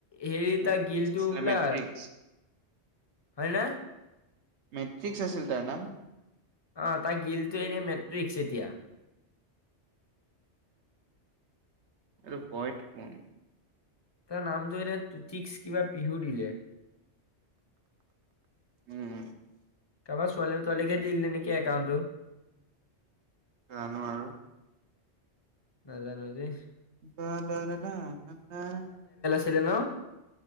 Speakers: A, on the left; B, on the right.
A: হেৰি,
B: মেট্ৰিক্স
A: তাৰ গিলটো
B: আছিলে
A: বোলা,
B: মেট্ৰিক্স।
A: হয় না?
B: মেট্ৰিক্স আছিল তাৰ নাম?
A: অ', তাৰ গিলটো এনে মেট্ৰিক্স এতিয়া।
B: এইটো বইট কোন।
A: তাৰ নামটো এতিয়া টুটিক্স কিবা পিহু দিলে।
B: উম।
A: কাৰবাৰ ছোৱালী তোৱালীকে দি দিলে নেকি একাউণ্টটো।
B: জানো আৰু
A: নাজানো দেই।
B: ব দাৰ ন ন
A: খেলে ন,